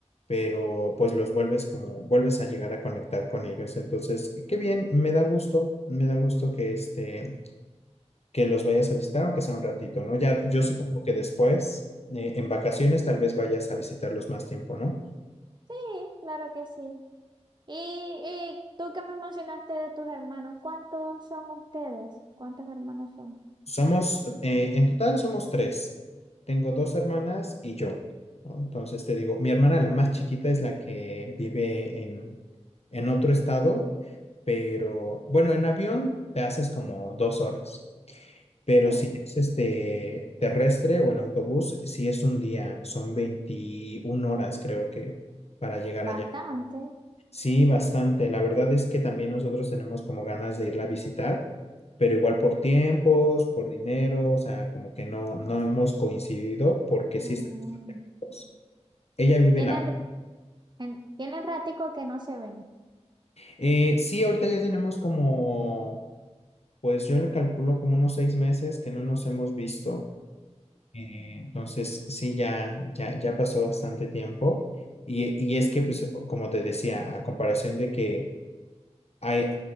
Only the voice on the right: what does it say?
Sí,
sí, claro que sí. Y, y tú que me mencionaste de tus hermanos, ¿cuántos son ustedes? ¿Cuántos hermanos son?
Sí,
bastante.
Mm,
Tienen,
en- tienen ratico que no se ven.